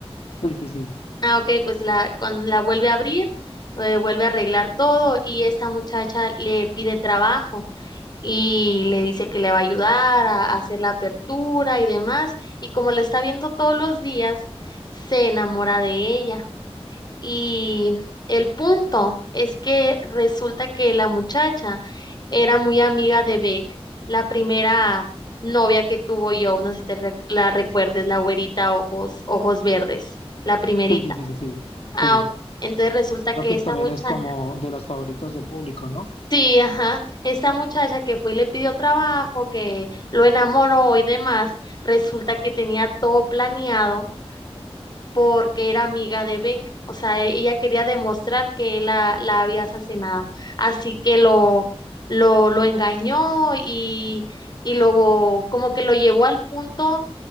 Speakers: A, on the left; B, on the left.
A: Sí, sí, sí,
B: Ah, ok, pues la, cuando la vuelve a abrir, eh, vuelve a arreglar todo y esta muchacha le pide trabajo y le dice que le va a ayudar a, a hacer la apertura y demás. Y como la está viendo todos los días, se enamora de ella. Y el punto es que resulta que la muchacha era muy amiga de Beck, la primera novia que tuvo yo, no sé si te re- la recuerdes, la güerita ojos, ojos verdes, la primerita.
A: sí, sí, sí, sí, sí.
B: Ah,
A: sí.
B: ok. Entonces resulta
A: Creo
B: que
A: que
B: esta
A: también
B: muchacha,
A: es como de las favoritas del público, ¿no?
B: sí, ajá, esta muchacha que fue y le pidió trabajo, que lo enamoró y demás, resulta que tenía todo planeado porque era amiga de Beck. O sea, e- ella quería demostrar que él la, la había asesinado. Así que lo, lo, lo engañó y, y luego como que lo llevó al punto